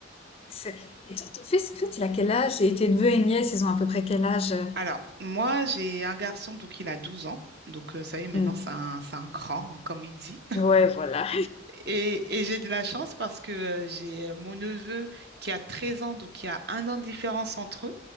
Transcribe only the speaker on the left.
C'est et toi, ton fils, en fait, il a quel âge? Et tes neveux et nièces, ils ont à peu près quel âge, heu?
Mmh.
Ouais, voilà.